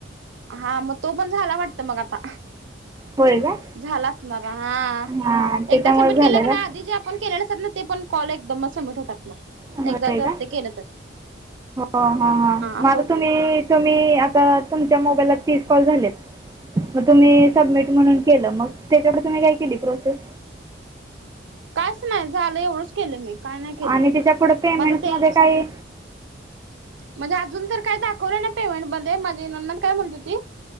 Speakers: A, on the right (about 75°); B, on the right (about 20°).
A: हा, मग तो पण झाला वाटत मग आता
B: होय का
A: झाला असणार हा,
B: हां त्याच्यामुळे
A: एकदा सबमिट
B: झालं
A: केलं का नाही आधी जे <unintelligible> ते पण कॉल एकदम सबमिट होतात मग.
B: <unintelligible>
A: एकदा जर
B: हो
A: ते केलं तर
B: हा हा, मग
A: असं
B: आता
A: होतंय.
B: तुम्ही तुम्ही आता तुमच्या मोबाईल ला तीस कॉल झालेत. मग तुम्ही सबमिट म्हणून केलं मग, त्याच्याकड तुम्ही काय केली प्रोसेस?
A: कायच नाही, झालं एवढंच केलं मी. काय नाही केलं.
B: आणि त्याच्या पुढं पेमेंट्समध्ये
A: मग आता ते
B: काही
A: म्हणजे अजून तर काय दाखवलं नाय पेमेंट मध्ये, माझी नणंद काय म्हणत होती.